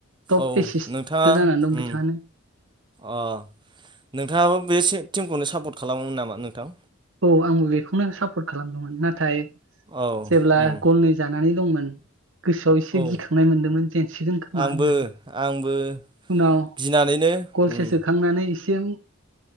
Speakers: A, on the right; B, on the right.
A: टप
B: औ
A: एसिस्टबो
B: नोंथाङा
A: जानानै दं
B: उम
A: बिथाङानो।
B: अ नोंथाङाबो बे सि‌टिमखौनो सापर्ट खालामोमोन नामा नोंथां?
A: औ आंबो बेखौनो सापर्ट खालामदोंमोन नाथाय
B: औ
A: जेब्ला
B: उम
A: गलनै जानानै दंमोन गोसोआव एसे
B: औ
A: गिखांनाय मोनदोंमोन जेनसिगोन खोमा
B: आंबो
A: होनना
B: आंबो
A: उनाव
B: गिनानैनो
A: गलसे
B: उम
A: सोखांनानै एसेम